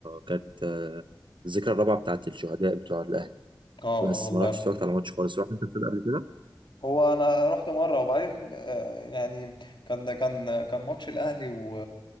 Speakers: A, on the right; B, on the left.
A: كانت آه، الذكرى الرابعة بتاعت الشهداء بتوع الأهلي
B: اه
A: بس
B: اه الله
A: ما رحتش
B: يرحمه
A: اتفرجت على ماتش خالص رحت أنت استاد قبل كده
B: هو انا رحت مره وبعدين آه، يعني كان كان كان ماتش الاهلي و